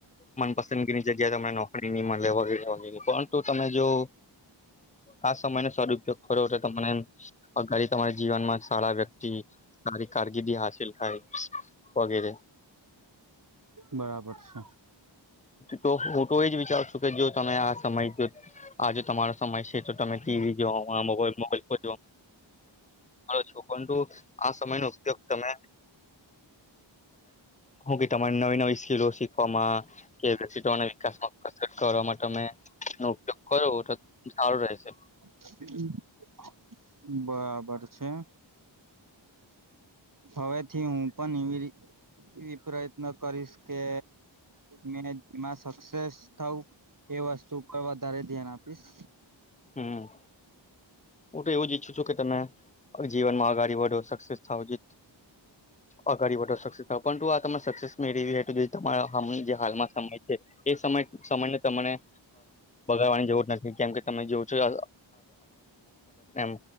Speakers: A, on the left; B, on the right.
A: મનપસંદગીની જગ્યા તમને નોકરીની મળ લેવા પરંતુ તમે જો આ સમય સ્વરૂપયોગ ખરોબર તમને અઘારી તમારા જીવનમાં સારા વ્યક્તિ સારી કારકિર્દી હાસિલ થાય. વગેરે.
B: બરાબર છે.
A: તો હું તો એજ વિચાર છું કે જો તમે આ સમય જો, આજ તમારો સમય છે તો તમે ટીવી જો મોબાઈલ ફ તો છો, પરુતું આ સમય ન તમે તમે કે તમારી નવી નવી સ્કીિલો શીખવામાં. કે વિકાસમાં કરવા માટે અમે નો ઉપયોગ કરો તો સારું રહેશે.
B: <inaudible> બરાબર છે. હવે થી હું પણ એવી ર એવી પ્રયત્ન કરીશ કે, મેં એમાં સક્સેસ થઉ. એ વસ્તુ પર વધારે ધ્યાન આપીશ.
A: હમ. હું તો એવું જ ઈચ્છું છું કે તમે, જીવનમાંગાડી વો સક્સેસ થાવ જે અગાડી વધો સક્સેસ પણ તું આ તમાને સક્સેસ મેળ તમારા જે હાલમાં સમય છે, એ સમ સમયને તને વાની જરૂર નથી કેમ કે તમે જોવો છો. મ